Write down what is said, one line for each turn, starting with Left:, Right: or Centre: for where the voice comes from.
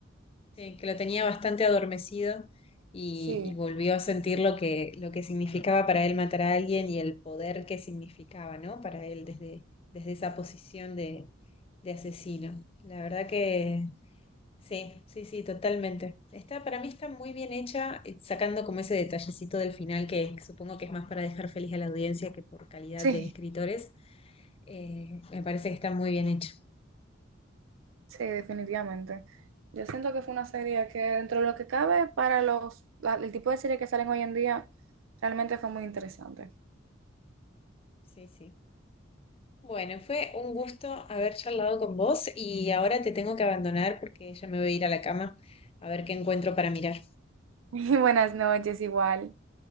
Left: Sí, que lo tenía bastante adormecido y,
Right: Sí.
Left: y volvió a sentir lo que, lo que significaba para él matar a alguien y el poder que significaba, ¿no? Para él desde, desde esa posición de, de asesino. La verdad que sí, sí, sí, totalmente. Está, para mí está muy bien hecha, eh, sacando como ese detallecito del final que supongo que es más para dejar feliz a la audiencia que por calidad
Right: Sí,
Left: de escritores. Eh, me parece que está muy bien hecho.
Right: sí, definitivamente. Yo siento que fue una serie que dentro de lo que cabe para los, la- el tipo de serie que salen hoy en día, realmente fue muy interesante. <laughs>
Left: Sí, sí. Bueno, fue un gusto haber charlado con vos y ahora te tengo que abandonar porque ya me voy a ir a la cama a ver qué encuentro para mirar.
Right: Y buenas noches igual.